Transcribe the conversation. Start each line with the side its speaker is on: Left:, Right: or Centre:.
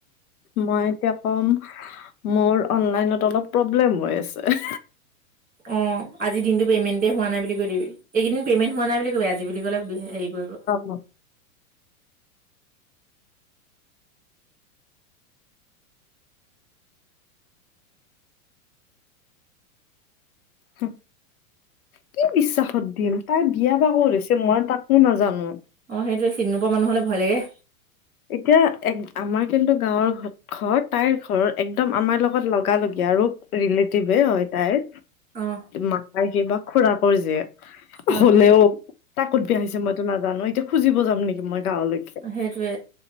Left: মই এতিয়া ক'ম মোৰ অনলাইনত অলপ প্ৰব্লেম হৈ আছে।
Right: অ আজি দিনটো পেমেণ্টে হোৱা নাই বুলি কৈ দিবি এইকেইদিন পেমেন্ট হোৱা নাই বুলি কবি আজি বুলি ক'লে হেৰি কৰিব
Left: অ হম কি বিশ্বাসত দিম তাই বিয়া বা কত হৈছে মই তাকো নাজানো
Right: অ সেইটোৱে চিনিনোপোৱা মানুহলে ভয় লাগে
Left: এতিয়া এক আমাৰ যোনতো গাঁৱৰ ঘৰ তাইৰ ঘৰ একদম আমাৰ লগত লগালগি আৰু ৰিলেটিভে হয় তাইৰ
Right: অ
Left: মামাৰ কিবা খুৰাকৰ জীয়েক
Right: অ
Left: হলেও তাই কত বিয়া হৈছে মইতো নাজানো এতিয়া খুজিব যাম নেকি মই গাঁৱলৈ
Right: সেইটোয়ে